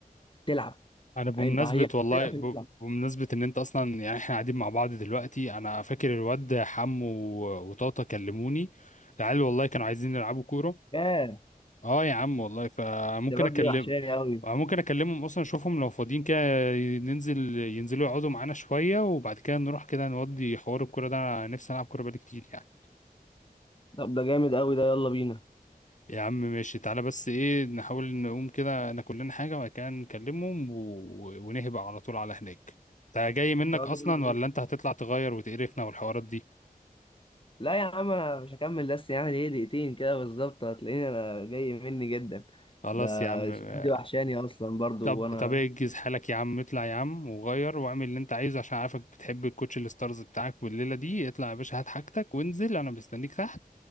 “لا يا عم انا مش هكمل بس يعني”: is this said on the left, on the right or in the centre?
Left